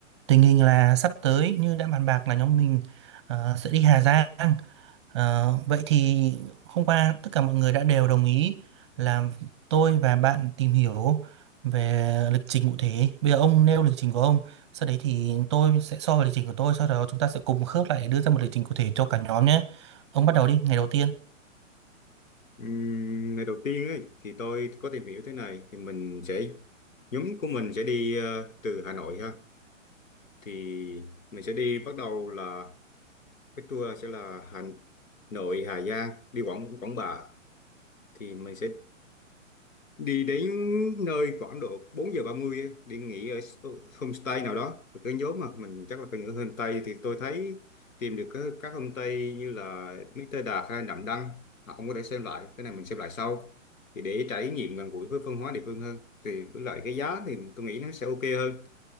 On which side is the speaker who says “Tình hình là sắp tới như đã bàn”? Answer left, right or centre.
Right